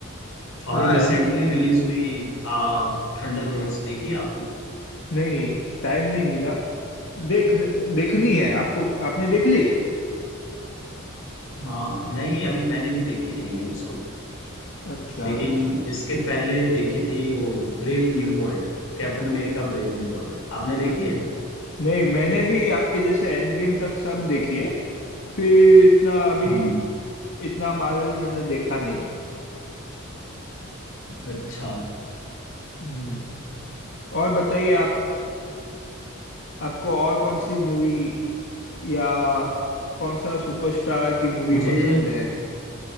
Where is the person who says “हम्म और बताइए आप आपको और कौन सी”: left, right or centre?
Left